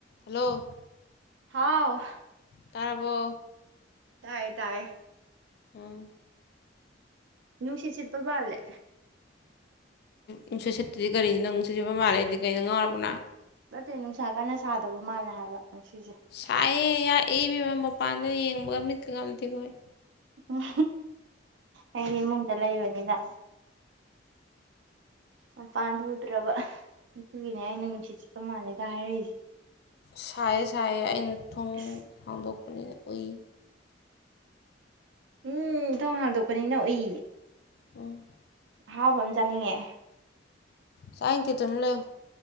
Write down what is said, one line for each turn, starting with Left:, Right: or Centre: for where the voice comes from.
Left: hello
Right: ꯍꯥꯎ
Left: ꯇꯥꯔꯕꯣ
Right: ꯇꯥꯏ ꯇꯥꯏꯌꯦ
Left: ꯎꯝ
Right: ꯨꯁꯤꯁꯤꯄ ꯄꯥꯂꯦ
Left: ꯅꯨꯡꯁꯣꯏꯠ ꯁꯦꯠꯇꯗꯤ ꯀꯔꯤꯅꯤꯣ ꯅꯪ ꯅꯨꯡꯠ ꯁꯠꯄ ꯃꯥꯜꯂꯦꯗꯤ ꯀꯔꯤꯩꯅꯣ ꯉꯥꯎꯔꯕꯅꯣ
Right: ꯅꯠꯇꯦ ꯅꯨꯡꯁꯥ ꯀꯟꯅ ꯁꯥꯗꯕ ꯃꯥꯜꯂꯦ ꯍꯥꯏꯕ ꯉꯁꯤꯁꯦ
Left: ꯁꯥꯏꯑꯦ ꯌꯥ ꯏꯕꯃ ꯃꯄꯥꯟꯗ ꯌꯦꯡꯕꯒ ꯃꯤꯠꯀꯀ ꯊꯤꯈꯣꯏ
Right: ꯎꯝ ꯑꯩꯗꯤ ꯏꯃꯨꯡꯗ ꯂꯩꯕꯅꯤꯅ ꯃꯄꯥꯟ ꯊꯣꯛ ꯎꯗ꯭ꯔꯕ ꯑꯗꯨꯒꯤꯅꯦ ꯑꯩꯅ ꯅꯨꯡꯁꯤꯠ ꯆꯤꯠꯄ ꯃꯥꯜꯂꯦꯒ ꯍꯥꯏꯔꯛꯏꯁꯦ
Left: ꯁꯥꯏꯌꯦ ꯁꯥꯏꯌꯦ ꯑꯩꯅ ꯊꯨꯝ
Right: ꯑꯁ
Left: ꯍꯥꯡꯗꯣꯛꯄꯅꯤꯅ ꯎꯏ
Right: ꯎꯝ ꯊꯣꯡ ꯍꯥꯡꯗꯣꯛꯄꯅꯤꯅ ꯎꯏ
Left: ꯎꯝ
Right: ꯑꯍꯥꯎꯕ ꯑꯃ ꯆꯥꯅꯤꯡꯉꯦ
Left: ꯁꯗꯤ ꯑꯗꯨꯝ ꯂꯩꯎ